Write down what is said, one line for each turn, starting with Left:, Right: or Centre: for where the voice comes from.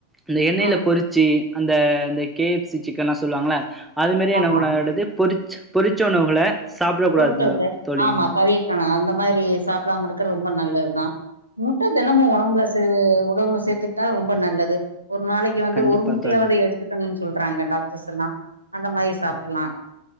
Centre: அந்த எண்ணெயில
Right: ம்
Centre: பொறிச்சு அந்த அந்த கே எஃப் சி சிக்கன்லா சொல்வாங்கள அது மாரி என்ன
Right: ஆமா
Centre: பண்ணுவாங்க அடுத்து பொறிச் பொறிச்ச உணவுகள சாப்பிடக்
Right: பொரிச்சதுத
Centre: கூடாது தோழி
Right: ஆமா தவிக்கணு அந்த மாரி சாப்பிடாம இருக்க ரொம்ப நல்லத்தா முட்ட தினமு ஒடம்புல சே ஒடம்புல சேத்துக்கிட்டா ரொம்ப நல்லது ஒரு நாளைக்கு வந்து
Centre: கண்டிப்பா
Right: ஒரு முட்டையாவது
Centre: தோழி
Right: எடுத்துக்கணுன் சொல்றாங்க டாக்டர்ஸ் எல்லா அந்த மாரி சாப்பில்லா